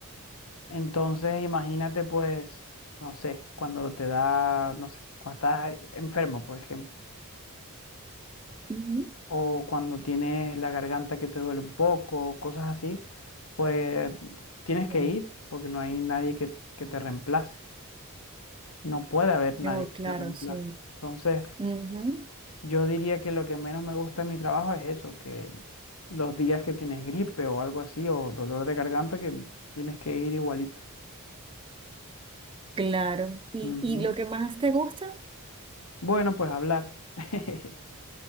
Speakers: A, on the left (about 70°); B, on the right (about 25°).
A: Entonces, imagínate, pues, no sé, cuando te da, no sé, cuando estás enfermo, por ejemplo
B: Ujú.
A: o cuando tienes la garganta que te duele un poco, cosas así, pues tienes que
B: Ya.
A: ir porque no hay nadie que, que te reemplace. No puede haber nadie
B: Ya, oh,
A: que
B: claro,
A: te reemplace.
B: sí.
A: Entonces,
B: Ujú.
A: yo diría que lo que menos me gusta de mi trabajo es eso, que los días que tienes gripe o algo así, o dolor de garganta, que tienes que ir igualito.
B: Claro. ¿Y,
A: Ujú.
B: y lo que más te gusta?
A: Bueno, pues hablar. <laughs>